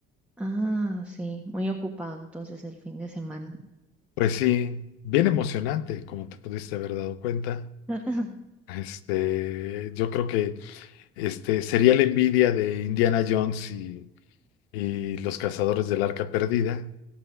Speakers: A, in the centre; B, on the left.
A: Ah, sí, muy ocupado entonces el fin de semana.
B: Pues sí, bien emocionante, como te pudiste haber dado cuenta.
A: <laughs>
B: Este, yo creo que Este, sería la envidia de Indiana Jones y, y los cazadores del Arca Perdida.